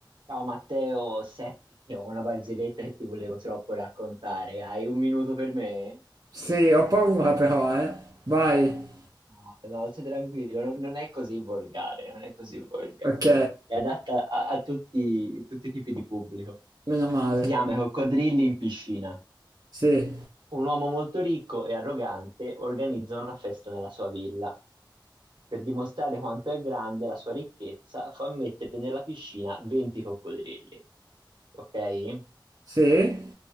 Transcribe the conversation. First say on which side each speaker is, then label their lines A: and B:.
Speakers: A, on the right; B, on the right.
A: Ciao Matteo, senti, <laughs> ho una barzelletta che ti volevo troppo raccontare. Hai un minuto per me?
B: Sì, ho paura però, eh. Vai.
A: No, no, stai tranquillo, non, non è così volgare, non è così volgare.
B: Ok,
A: È adatta a, a tutti, tutti i tipi di pubblico.
B: meno male.
A: Si chiama I Coccodrilli in piscina.
B: Sì,
A: Un uomo molto ricco e arrogante organizza una festa nella sua villa. Per dimostrare quanto è grande la sua ricchezza, fa mettere nella piscina 20 coccodrilli. Ok?
B: sì.